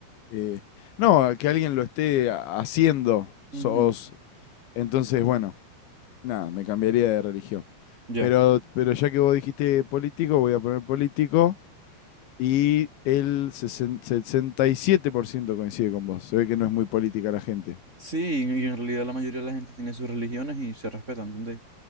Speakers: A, on the left (about 85°); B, on the right (about 20°).
A: eh, no, que alguien lo esté ha- haciendo.
B: ujú,
A: Sos, entonces, bueno, nada, me cambiaría de religión.
B: Ya.
A: Pero, pero ya que vos dijiste político, voy a poner político. Y el sesen- 67% coincide con vos. Se ve que no es muy política la gente.
B: Sí, y en realidad la mayoría de la gente tiene sus religiones y se respetan, ¿entendés?